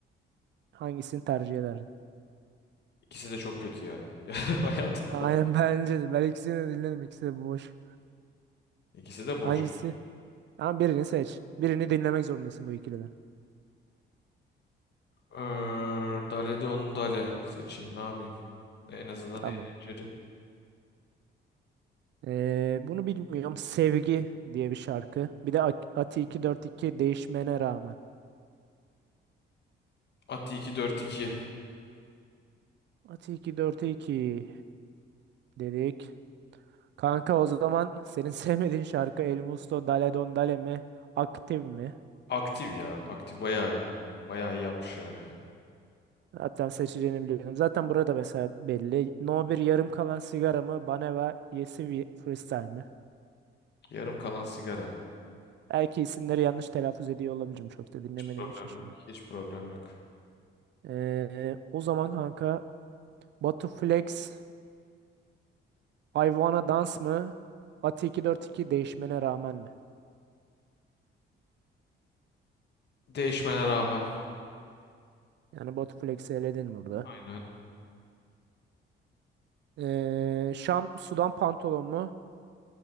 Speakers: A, on the right; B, on the left.
A: Hangisini tercih ederdin?
B: İkisi de çok kötü ya. <laughs> Hayatımda
A: <laughs> Aynen bence de. Ben ikisini de dinledim. İkisi de boş.
B: İkisi de
A: Hangisi?
B: boş.
A: Ama birini seç. Birini dinlemek zorundasın bu ikiliden.
B: Ee, Dale Don Dale seçeyim ne yapayım. En azından
A: Tamam.
B: eğlenceli.
A: Ee, bunu bilmiyorum. Sevgi diye bir şarkı. Bir de Ak- Ati 242 değişmene rağmen.
B: Ati 242.
A: Ati 242 dedik. Kanka o zaman senin <laughs> sevmediğin şarkı El Musto Dale Don Dale mi? Aktif mi?
B: Aktif ya. Aktif bayağı iyi. Bayağı iyi yapmışlar ya.
A: Hatta seçeceğini biliyordum. Zaten burada mesela belli. No 1 yarım kalan sigara mı? Baneva Yesivi Freestyle mi?
B: Yarım kalan sigara.
A: Belki isimleri yanlış telaffuz ediyor olabilirim. Çok da dinlemediğim
B: Hiç problem
A: için şimdi.
B: yok. Hiç problem yok.
A: Ee, o zaman kanka Batu Flex Hayvana Dans mı? Ati 242 değişmene rağmen mi?
B: Değişmene rağmen.
A: Yani Batu Flex'i eledin burada.
B: Aynen.
A: Ee, Şam Sudan Pantolon mu?